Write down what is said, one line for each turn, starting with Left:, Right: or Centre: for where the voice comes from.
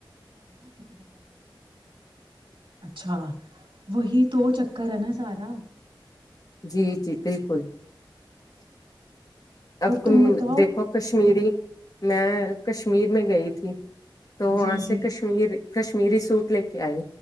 Right: ارے میں ہپ ایک بند بڑ اچھا وہی تو چکر ہے نا سارا
Left: جی جی بالکل
Right: اور
Left: اب
Right: تم بتاؤ
Left: دیکھو کشمیری میں کشمیر میں گئی تھی تو وہاں
Right: جی جی
Left: سے کشمیر کش کش ممیری سوٹ لے کے آئی